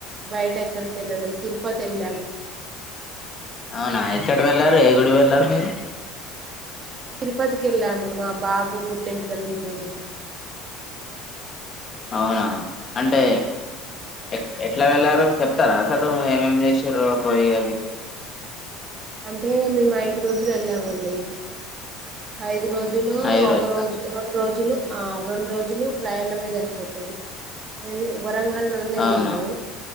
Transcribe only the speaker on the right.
బయటెక్కడెక్కకెళ్ళలేదు తిరుపతెళ్ళాము
తిరుపతికెళ్ళాము మా బాబు పుట్టింటికల్ దీపినేకి
అంటే మేము ఐదు రోజులు వెళ్ళామండి ఐదు రోజులో
ఒక రోజు రొండు రో జులో రొండ్రోజులు ప్రయాణమే జరిపోతది ఇది వ వరంగల్ నుండి ఎళ్యాము